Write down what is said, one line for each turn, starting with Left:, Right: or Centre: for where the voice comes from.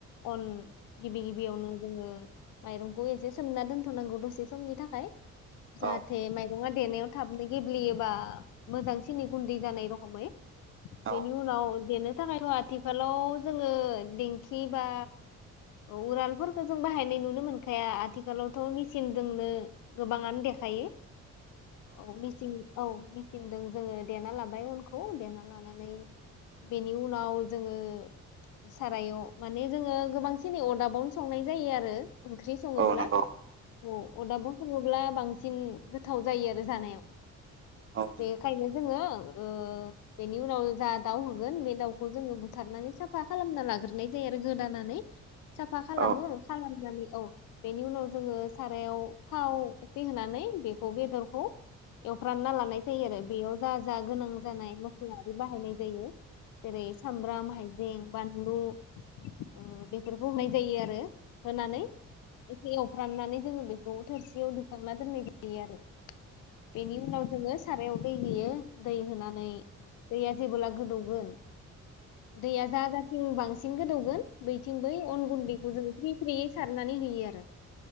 Left: उन गिबि गिबियावनो जोङो माइरंखौ एसे सोमना दोनथनांगौ दसे समनि थाखाय। जाहाथे
Right: औ
Left: माय नङा देनायाव थाबनो गेब्लेयोबा मोजांसिन गुन्दै जानाय रखमै बेनि
Right: औ
Left: उनाव देनो थाखायथ आथिखालाव जोङो दिंखि बा उरालफोरखौ जों बाहायनाय नुनो मोनखाया आथिखालावथ मेचिनजोंनो गोबाङानो देखायो। औ मिसिं औ मि थिनदों जोङो देना लाबाय अनखौ देना लानानै बेनि उनाव जोङो सारायाव माने जोङो गोबांसिनै अरदाबावनो संनाय जायो आरो। ओंख्रि सोङोब्ला
Right: औ नंगौ औ
Left: औ अदाबाव संङो ब्ला बांसिन गोथाव जायो आरो जानायाव।
Right: औ नंगौ
Left: बेखायनो‌ जोङो ओ बेनि उनाव जा दाउ होगोन बे दाउखौ जोङो बुथारनानै साफा खालामना लाग्रोनाय जायो आरो गोदानानै। साफा खालामो
Right: औ
Left: खालामनानै औ बेनि उनाव जोङो सारायाव थाव एसे होनानै बेखौ बेदरखौ एवफ्रानना लानाय सै आरो बेयाव जा जा गोनां जानाय मस्ला आरि बाहायनाय जायो। जेरै-सामब्राम, हायजें, बानलु ओ बेफोरखौ होनाय जायो आरो, होनानै एसे एवफ्रामनानै जोङो बेखौ थोरसियाव दिखांना दोननाय जायो आरो, बेनि उनाव जोंङो सारायाव दै होयो दै होनानै दैया जेबोला गोदौगोन दैया जा थिं बांसिन गोदौगोन बै थिं बै अन गुनन्द बेखौ जोंङो फ्रि फ्रि सारनानै होयो आरो।